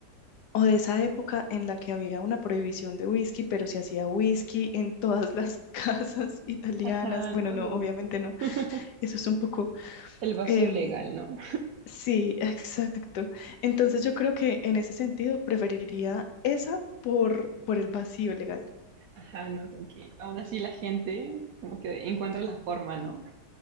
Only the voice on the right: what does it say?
Ajá,
no,
no.
<laughs>
El vacío
legal, ¿no?
Ajá, no, como que aún así la gente como que encuentra la forma, ¿no?